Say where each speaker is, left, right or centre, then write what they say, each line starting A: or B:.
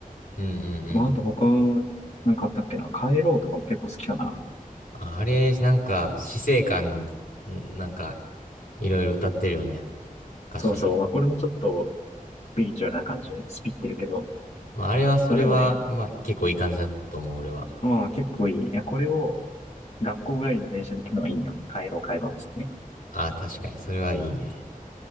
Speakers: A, on the left; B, on the left.
A: うんうんうん。
B: まあ、あと他、なんかあったっけな。帰ろうとかも結構好きかな。
A: ああれ、なんか死生観、んなんか、いろいろ歌ってるよね。歌詞。
B: そうそう。まあ、これもちょっと、スピリチュアルな感じで、スピってるけど。
A: まああれはそれは、
B: まあ、でもね、
A: まあ結構いい感じだと思う、俺は。
B: まあ、結構いい。いや、これを、学校帰りの電車で聞くのがいいんよ。帰ろう、帰ろう、っつって。
A: あ、確かに、それはいいね。